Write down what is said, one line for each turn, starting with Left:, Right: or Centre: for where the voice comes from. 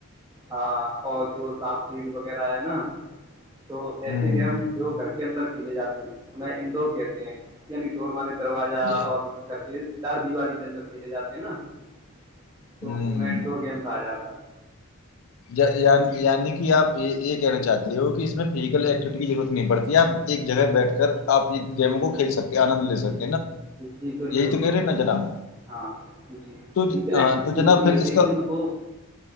Right: ہاں اور جو سپ سے <unintelligible> سیڑی وغیرہ ہے نا <unintelligible> تو
Left: ہوں
Right: ایسے گیم جو گھر کے اندر <unintelligible> کھیل جاتے ہیں انہیں انڈور کہتے ہیں یعنی ڈور مانےتے <unintelligible> دروازہ
Left: جی
Right: اور گکز <unintelligible> چار دیواریی کے اندر کھیلے جاتے ہیں نا <unintelligible>
Left: ہوں
Right: تو انہیں انڈور گیم کہا جاتا ہے <unintelligible>
Left: یعنی کہ آپ یہ کہنا چاہتے ہو کہ اس میں فزیکل ایکٹیوٹی کی ضرورت نہیں پڑتی آپ ایک جگہ بیٹھ کر آ گیموں کو کھیل سکتے آنند لے سکتے <unintelligible>
Right: جی بالکل
Left: یہی تو کہہ
Right: بالکل
Left: رہے ہیں نا جناب
Right: ہاں جی
Left: تو
Right: فزیکل
Left: ہاں
Right: ایکٹیوٹی
Left: تو جناب
Right: ہوتی
Left: پھر
Right: ہے لیکن
Left: اس کا
Right: وہ